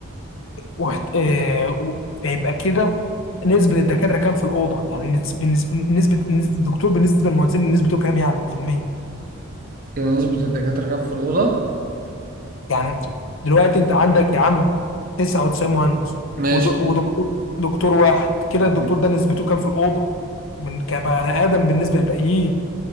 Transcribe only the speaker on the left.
وحت... آه... و... فيبقى كده نسبه الدكاتره كام في الاوضه؟ يعني نسبه نسبه نسبة- الدكتور بالنسبه للمهندسين نسبته كام يعني في المية؟
يعني دلوقتي انت عندك يا عم 99 مهندس
ود- ودكتور دكتور واحد كده الدكتور
ده نسبته كام في الاوضه من كبني ادم بالنسبه للباقيين